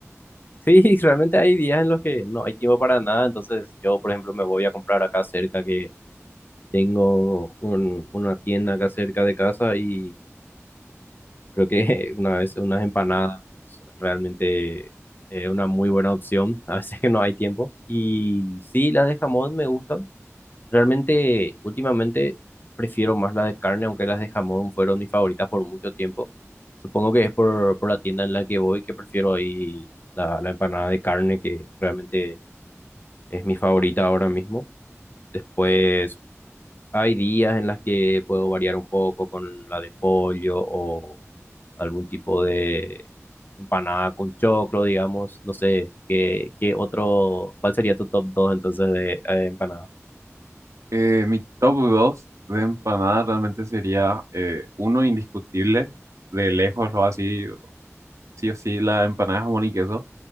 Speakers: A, on the left (about 40°); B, on the right (about 80°).
A: Sí, <laughs> realmente hay días en los que no hay tiempo para nada, entonces yo, por ejemplo, me voy a comprar acá cerca que tengo un- una tienda acá cerca de casa y creo que <laughs> una vez unas empanadas realmente es una muy buena opción, a veces que no hay tiempo. Y sí, las de jamón me gustan. Realmente, últimamente prefiero más las de carne, aunque las de jamón fueron mis favoritas por mucho tiempo. Supongo que es por, por la tienda en la que voy que prefiero ahí la, la empanada de carne, que realmente es mi favorita ahora mismo. Después, hay días en las que puedo variar un poco con la de pollo o algún tipo de empanada con choclo, digamos. No sé, ¿qué, qué otro, cuál sería tu top 2 entonces de, empanadas?
B: Eh, mi top 2 de empanadas realmente sería eh, uno indiscutible de lejos lo así sí o sí, la empanada de jamón y queso